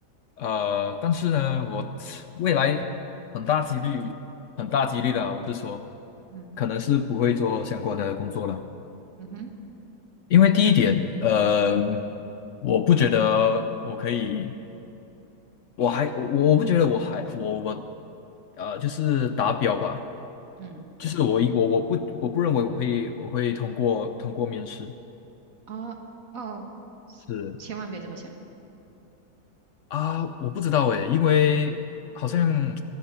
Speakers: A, on the left; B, on the right.
A: 呃，但是呢，我未来很大几率，很大几率啦，我是说，
B: 嗯
A: 可能是不会做相关的工作了，
B: 嗯哼，
A: 因为第一点，呃，我不觉得我可以，我还我我不觉得我还我我呃就是达标吧，
B: 嗯
A: 就是我一我我不我不认为我会我会通过通过面试。
B: 啊哦，
A: 是。
B: 千万别这么想。
A: 啊，我不知道诶，因为好像